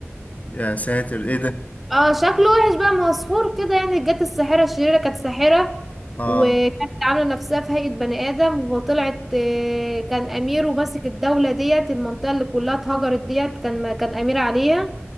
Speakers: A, on the left; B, in the centre.
A: يا ساتر ايه ده
B: اه شكله وحش بقى ما هو سحور كده يعني جت الساحرة الشريرة كانت ساحرة
A: اه
B: وكانت عاملة نفسها في هيئة بني آدم وطلعت آه، كان أمير وماسك الدولة ديت المنطقة اللي كلها اتهجرت ديت كان كان أمير عليها